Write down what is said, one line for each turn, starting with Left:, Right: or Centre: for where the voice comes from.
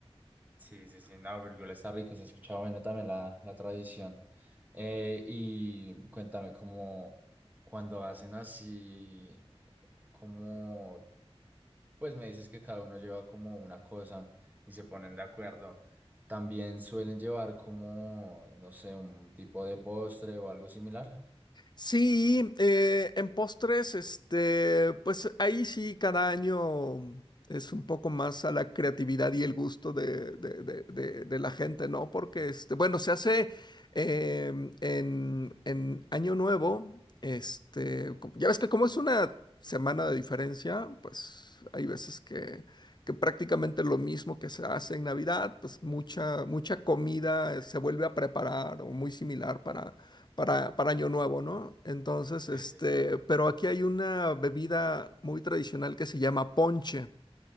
Right: Sí, sí, sí, no, Virgul está rico, se ha escuchado bueno también la, la tradición. Eh, y cuéntame como cuando hacen así, como Pues me dices que cada uno lleva como una cosa y se ponen de acuerdo. También suelen llevar como, no sé, un tipo de postre o algo similar.
Left: Sí, eh, en postres, este, pues ahí sí cada año es un poco más a la creatividad y el gusto de, de- de- de- de la gente, ¿no? Porque, este, bueno, se hace em, en, en Año Nuevo, este, como- ya ves que como es una semana de diferencia, pues hay veces que, que prácticamente lo mismo que se hace en Navidad, pues mucha, mucha comida se vuelve a preparar o muy similar para, para Año Nuevo, ¿no? Entonces,
Right: Sí,
Left: este,
Right: sí, sí.
Left: pero aquí hay una bebida muy tradicional que se llama ponche,